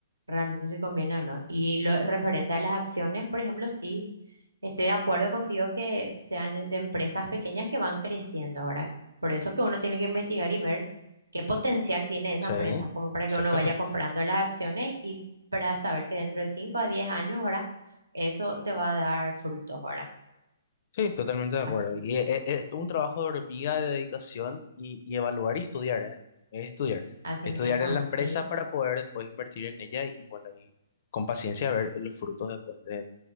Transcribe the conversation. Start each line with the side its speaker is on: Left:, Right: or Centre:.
Right: realmente si conviene o no. Y lo referente a las acciones, por ejemplo, sí. Estoy de acuerdo contigo que sean de empresas pequeñas que van creciendo ahora. Por eso que uno tiene que investigar y ver qué potencial tiene esa
Left: Sí,
Right: empresa, como para
Left: exactamente.
Right: que uno vaya comprando las acciones y para saber que dentro de 5 a 10 años ahora eso te va a dar frutos ahora.
Left: Sí, totalmente de acuerdo.
Right: Así,
Left: Y e- e- es un trabajo de hormiga de dedicación y, y evaluar y estudiar, ¿eh? Es estudiar.
Right: así
Left: Estudiar
Right: mismo,
Left: en
Right: así.
Left: la empresa para poder después invertir en ella y bueno, y con paciencia ver los frutos después de,